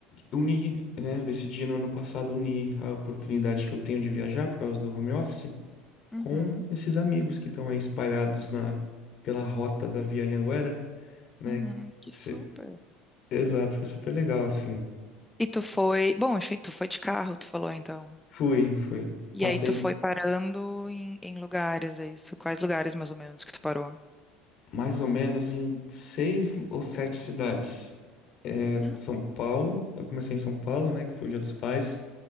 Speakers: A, on the left (about 50°); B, in the centre.
A: uni, né? Eu decidi no ano passado unir a oportunidade que eu tenho de viajar por causa do home office
B: uhum.
A: com esses amigos que estão aí espalhados na, pela rota da Via Anhanguera. né?
B: Uhum, que
A: Se-
B: super.
A: Exato, foi super legal, assim.
B: E tu foi, bom, enfim, tu foi de carro, tu falou então.
A: Fui, fui.
B: E
A: Passei
B: aí tu foi parando em, em lugares, é isso? Quais lugares mais ou menos que tu parou?
A: mais ou menos em seis ou sete cidades. É,
B: Ah,
A: São Paulo, eu comecei em São Paulo, né, que foi o Dia dos Pais.